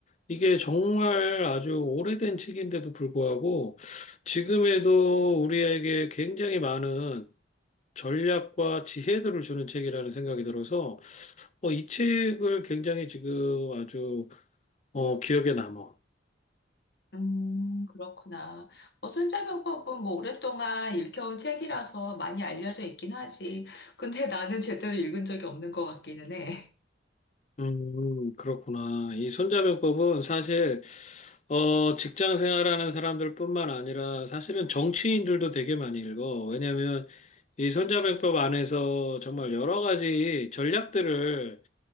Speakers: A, on the left (about 35°); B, on the left (about 55°).
A: 이게 정말 아주 오래된 책인데도 불구하고 지금에도 우리에게 굉장히 많은 전략과 지혜들을 주는 책이라는 생각이 들어서 어, 이 책을 굉장히 지금 아주 어, 기억에 남아.
B: 음, 그렇구나. 뭐 손자병법은 뭐 오랫동안 읽혀온 책이라서 많이 알려져 있긴 하지. 근데 <laughs> 나는 제대로 읽은 적이 없는 것 같기는 해.
A: 음, 그렇구나. 이 손자병법은 사실 어, 직장 생활하는 사람들뿐만 아니라 사실은 정치인들도 되게 많이 읽어. 왜냐하면 이 손자병법 안에서 정말 여러 가지 전략들을